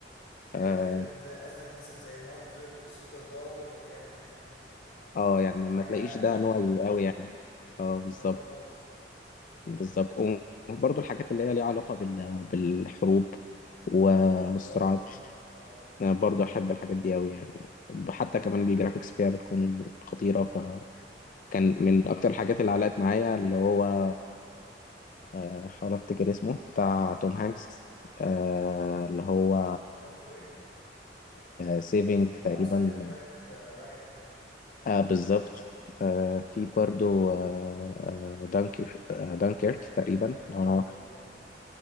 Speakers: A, on the left; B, on the left.
A: حاجات
B: أه
A: زي زي قصدك مثلا زي مارفل والسوبر باور والحاجات دي
B: آه،
A: يعني
B: يعني ما
A: دي
B: ما
A: حاجة
B: تلاقيش ده نوعي
A: أو يعني
B: أوي يعني اه
A: مش
B: بالظبط
A: بحبها خالص
B: بالظبط وبرضه الحاجات اللي هي ليها علاقة بال... بالحروب والصراعات
A: اه برضه اه
B: أنا برضه أحب الحاجات دي أوي يعني حتى كمان بالجرافيكس فيها بتكون خطيرة كان من اكتر الحاجات اللي علقت معايا اللي هو آه، حاول افتكر اسمه بتاع توم هانكس آه، اللي هو
A: كاست واي
B: سيفينج تقريبا
A: اه سيفن برايفت رايان
B: آه بالظبط آه في برضو آه دانكر آه دانكيرك تقريبا
A: دانكيرك
B: لو
A: برضه
B: أنا-
A: جامد جدا